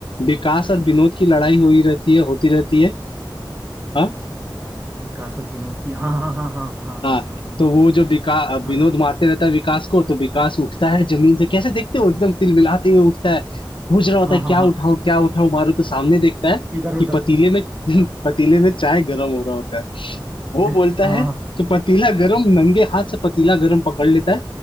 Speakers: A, on the left (about 80°); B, on the right (about 25°).
A: विकास और विनोद की लड़ाई हो ही रहती है होती रहती है हाँ
B: विकास और विनोद की हाँ हाँ हाँ हाँ
A: हाँ
B: हाँ हाँ
A: तो वो जो विकास
B: हाँ
A: विनोद
B: हाँ हाँ
A: मारते रहता है विकास को तो विकास उठता है जमीन से कैसे देखते हो एकदम तिलमिलाते हुए उठता है पूछ रहा होता
B: हाँ
A: है क्या
B: हाँ हाँ हाँ,
A: उठाऊं क्या उठाऊं मारो तो सामने देखता है
B: इधर
A: कि
B: उधर
A: पतीले में <laughs>
B: हाँ
A: पतीले में चाय गर्म हो रहा होता है वो
B: दे-
A: बोलता
B: हाँ
A: है कि पतीला गरम नंगे हाथ से पतीला गरम पकड़ लेता है